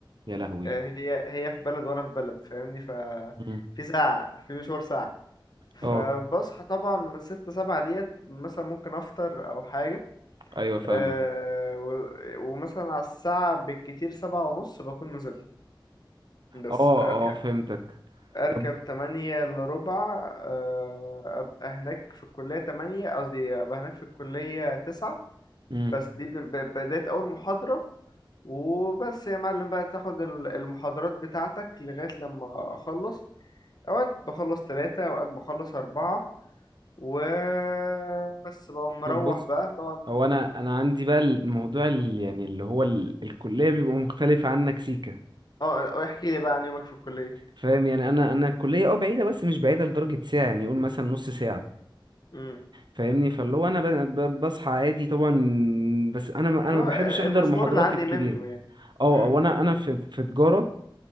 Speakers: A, on the right; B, on the left.
A: يا لهوي
B: آه هي هي في بلد وانا في بلد فاهمني ف
A: مم.
B: في ساعة في مشوار ساعة فبصحى
A: اه
B: طبعا ستة سبعة ديت مثلا ممكن أفطر أو حاجة
A: ايوه فاهمك
B: أه و- ومثلا على الساعة بالكتير سبعة ونص بكون نزلت بس
A: اه
B: أركب
A: اه فهمتك
B: أركب
A: طب
B: تمانية إلا ربع أه أبقى هناك في الكلية تمانية قصدي أبقى هناك في الكلية تسعة
A: مم.
B: بس دي ب- ب- بداية أول محاضرة وبس يا معلم بقى تاخد ال- المحاضرات بتاعتك لغاية لما أخلص أوقات بخلص تلاتة أوقات بخلص أربعة وبس بقى مروح
A: طب بص
B: بقى طبعا
A: هو انا انا عندي بقى الموضوع ال- يعني اللي هو ال- الكليه بيبقى مختلف عنك سيكا
B: اه آه، احكي لي بقى عن يومك في الكلية
A: فاهم يعني انا انا الكليه اه بعيده بس مش بعيده لدرجه ساعه يعني يقول مثلا نص ساعه
B: امم
A: فاهمني فاللي هو انا ب- ب- بصحى عادي طبعا بس انا ما
B: اللي
A: انا ما
B: هو
A: بحبش احضر
B: المشوار
A: محاضرات
B: العادي
A: الكبيره
B: منه يعني
A: اه
B: امم
A: او انا انا في في تجاره